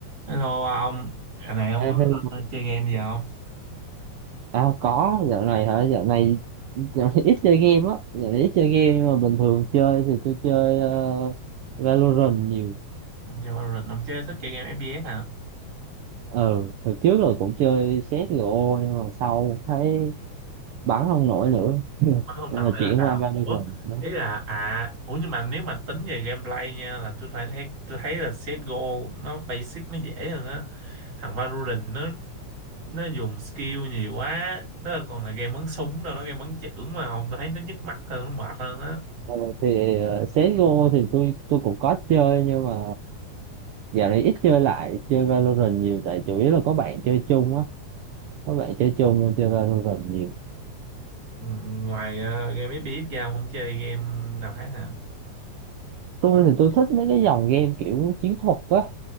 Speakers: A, on the right; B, on the right.
A: Hello ông, giờ này ông
B: À,
A: có
B: hello.
A: ờ, chơi game gì không?
B: À, có dạo này hả dạo này dạo này ít chơi game á dạo này ít chơi game nhưng mà bình thường chơi thì tôi chơi ờ, Valorant nhiều
A: Ông chơi Valorant, ông chơi thích chơi game FPS hả?
B: ờ hồi trước rồi cũng chơi CSGO nhưng mà sau thấy bắn không nổi nữa
A: Nói không
B: nên
A: nổi
B: là chuyển
A: là sao?
B: qua Valorant
A: Ủa,
B: đó
A: ý là à, ủa nhưng mà nếu mà tính về gameplay nha là tôi phải thấy tôi thấy là CS:GO nó basic nó dễ hơn á. Thằng Valorant nó nó dùng skill nhiều quá, nó còn là game bắn súng đâu, nó game bắn chưởng mà ông tôi thấy nó nhức mắt hơn, nó mệt hơn á.
B: Ờ, thì ờ, CSGO thì tôi tôi cũng có chơi nhưng mà dạo này ít chơi lại chơi Valorant nhiều tại chủ yếu là có bạn chơi chung á có bạn chơi chung nên chơi Valorant nhiều
A: Ừ, Ngoài ờ, game FPS ra ông không chơi game nào khác hả?
B: tôi thì tôi thích mấy cái dòng game kiểu chiến thuật á